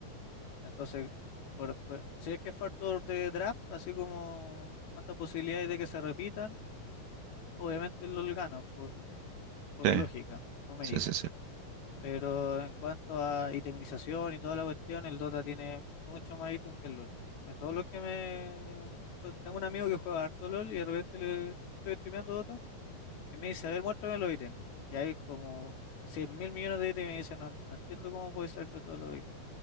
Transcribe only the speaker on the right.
Sí,
sí, sí, sí.